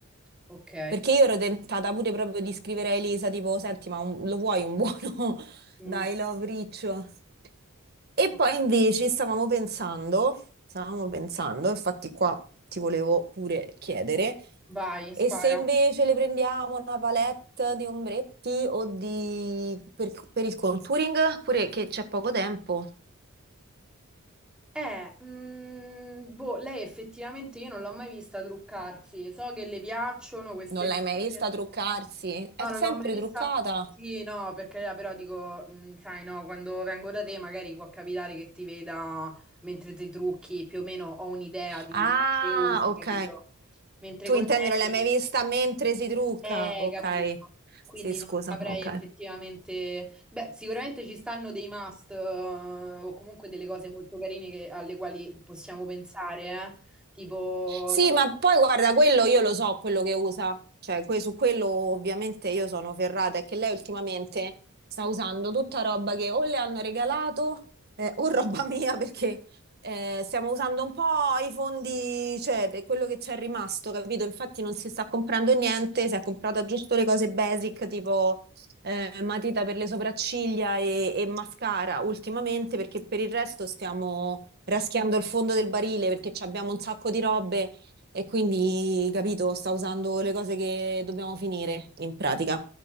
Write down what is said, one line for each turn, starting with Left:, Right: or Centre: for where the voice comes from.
Centre: ok.
Right: Perché io ero tentata pure proprio di scrivere a Elisa, tipo, senti, ma un- lo vuoi un buono? <laughs>
Centre: Mm.
Right: Dai, love riccio. E
Centre: ok.
Right: poi invece stavamo pensando, stavamo pensando, infatti qua ti volevo pure chiedere,
Centre: Vai,
Right: e
Centre: spara.
Right: se invece le prendiamo una palette di ombretti o di... per, per il contouring, pure che c'è poco tempo.
Centre: Eh, mm, boh, lei effettivamente io non l'ho mai vista truccarsi. So che le piacciono queste
Right: Non l'hai mai
Centre: cose.
Right: vista truccarsi? È
Centre: No, non
Right: sempre
Centre: l'ho mai vista.
Right: truccata.
Centre: Sì, no, perché però dico, mm, sai, no, quando vengo da te magari può capitare che ti veda mentre ti trucchi, più o meno ho un'idea di,
Right: Ah,
Centre: di quello che usi,
Right: ok.
Centre: capito? Mentre
Right: Tu
Centre: con
Right: intendi,
Centre: lei.
Right: non l'hai mai vista mentre si trucca?
Centre: Eh,
Right: Ok,
Centre: capito. Quindi
Right: sì, scusa,
Centre: non saprei
Right: ok.
Centre: effettivamente. Beh, sicuramente ci stanno dei must, eh, o comunque delle cose molto carine che- alle quali possiamo pensare, eh. Tipo,
Right: Sì,
Centre: non lo
Right: ma poi guarda, quello io lo so, quello che usa, cioè que- su quello ovviamente io sono ferrata, è che lei ultimamente sta usando tutta roba che o le hanno regalato eh, o roba <laughs> mia perché eh, stiamo usando un po' i fondi, cioè per quello che c'è rimasto, capito? Infatti non si sta comprando niente, si è comprata giusto le cose basic tipo eh, matita per le sopracciglia e, e mascara ultimamente perché per il resto stiamo raschiando il fondo del barile perché ci abbiamo un sacco di robe e quindi, capito, sta usando le cose che dobbiamo finire in pratica.